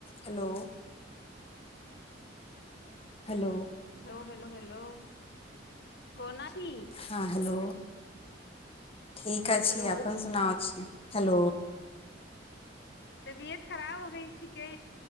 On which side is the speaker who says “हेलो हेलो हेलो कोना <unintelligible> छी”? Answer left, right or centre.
Left